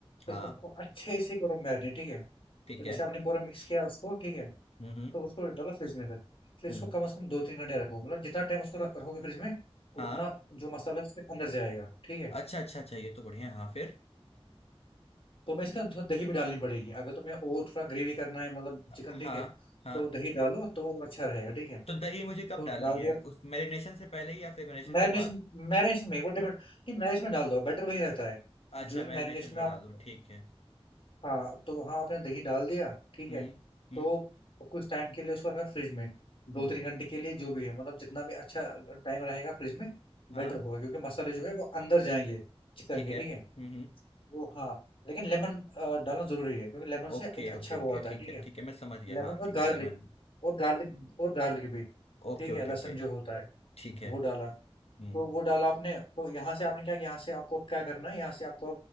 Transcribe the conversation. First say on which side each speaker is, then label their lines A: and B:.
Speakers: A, on the left; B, on the left.
A: हाँ
B: तो उसको अच्छे से करो मैरिनेट ठीक है
A: ठीक
B: तो जैसे
A: है
B: आपने पूरा मिक्स किया उसको ठीक है
A: हम्म हम्म
B: तो उसको डाला फ्रिज में फिर फिर
A: हम्म,
B: इसको कम से कम दो तीन घंटे रखो मतलब जितना टाइम उसको रख- रखोगे फ्रिज में
A: हाँ
B: उतना जो मसाला है उसके अंदर जाएगा ठीक है
A: अच्छा अच्छा अच्छा ये तो बढ़िया है हाँ फिर
B: तो मैं इसका थोड़ा दही भी डालनी पड़ेगी अगर तुम्हें और थोड़ा ग्रेवी करना है मतलब चिकन
A: हाँ
B: ठीक है
A: हाँ
B: तो दही डालो तो वो अच्छा रहेगा ठीक है
A: तो दही मुझे कब
B: तो
A: डालनी
B: डाल
A: है
B: दिया
A: उस मैरिनेशन से पहले ही या फिर मैरिनेशन
B: मैरिनेशन
A: के बाद
B: मैरिनेशन में वो डिपेंड नहीं मैरिनेशन में डाल दो बेटर वही रहता है
A: अच्छा
B: जो
A: मैरिनेशन
B: मैरिनेशन
A: में
B: में
A: डाल
B: आप
A: दूँ ठीक है
B: हाँ तो वहाँ आपने दही डाल दिया ठीक
A: हम्म
B: है
A: हम्म
B: तो कुछ टाइम के लिए उसको रखा फ्रिज में दो
A: हम्म
B: तीन घंटे के लिए जो भी है मतलब जितना भी अच्छा टाइम रहेगा फ्रिज में
A: हाँ
B: बेटर होगा क्योंकि मसाले जो है वो अंदर जाएंगे चिकन
A: ठीक
B: के
A: है
B: ठीक है
A: हम्म हम्म
B: वो हाँ लेकिन लेमन डालना जरूरी है क्योंकि लेमन
A: ओके
B: से एक अच्छा
A: ओके ओके
B: वो आता
A: ठीक
B: है ठीक
A: है
B: है
A: ठीक है मैं समझ गया
B: लेमन
A: हाँ
B: और
A: ठीक
B: गार्लिक
A: है लेमन
B: और गार्लिक और गार्लिक भी
A: Okay
B: ठीक
A: okay
B: है लहसुन
A: okay
B: जो होता है
A: ठीक है
B: वो डाला
A: हम्म
B: तो वो डाला आपने तो यहाँ से आपने क्या यहाँ से आपको अब क्या करना है यहाँ से आपको